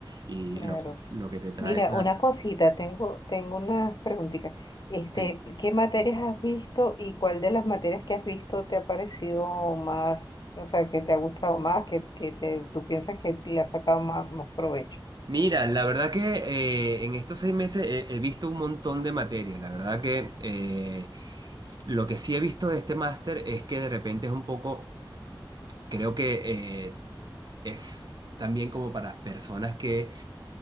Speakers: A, on the right; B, on the left.
A: Y
B: claro.
A: lo, lo que te trae
B: Mira,
A: esa...
B: una cosita, tengo, tengo unas preguntitas. Este,
A: sí.
B: ¿qué materias has visto y cuál de las materias que has visto te ha parecido más, o sea, que te ha gustado más, que, que te, tú piensas que le has sacado más, más provecho?
A: Mira, la verdad que eh, en estos seis meses he, he visto un montón de materias. La verdad que eh, s- lo que sí he visto de este máster es que de repente es un poco, creo que eh, es también como para personas que